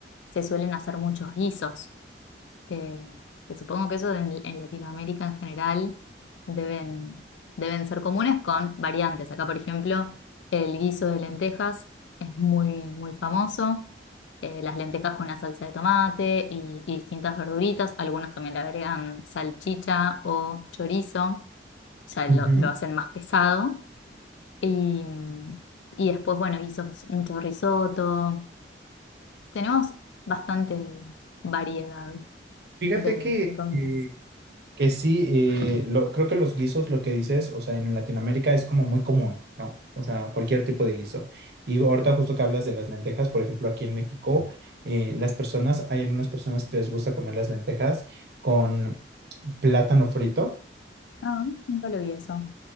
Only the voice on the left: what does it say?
se suelen hacer muchos guisos, que, que supongo que eso en, en Latinoamérica en general deben, deben ser comunes con variantes. Acá, por ejemplo, el guiso de lentejas es muy, muy famoso eh, las lentejas con una salsa de tomate y, y distintas verduritas. Algunos también le agregan salchicha o chorizo, ya lo,
lo hacen más pesado. Y, y después, bueno, hizo mucho risotto. Tenemos bastante variedad
de,
de comidas.
Ah, nunca lo vi eso.